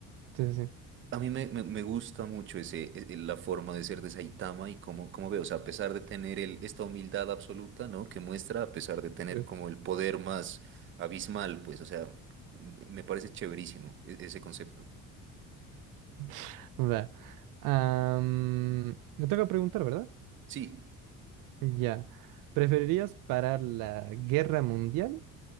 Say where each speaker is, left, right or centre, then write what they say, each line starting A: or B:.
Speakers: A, on the right (about 85°); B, on the right (about 40°).
A: sí, sí.
B: A mí me, me- me gusta mucho ese, e- e, la forma de ser de Saitama y cómo, cómo veo, o sea, a pesar de tener el, esta humildad absoluta, ¿no? Que muestra, a pesar de tener
A: sí.
B: como el poder más abismal, pues, o sea, m- me parece chéverísimo e- ese concepto.
A: <laughs> Va. Am, me toca preguntar, ¿verdad?
B: Sí,
A: Ya. ¿Preferirías parar la guerra mundial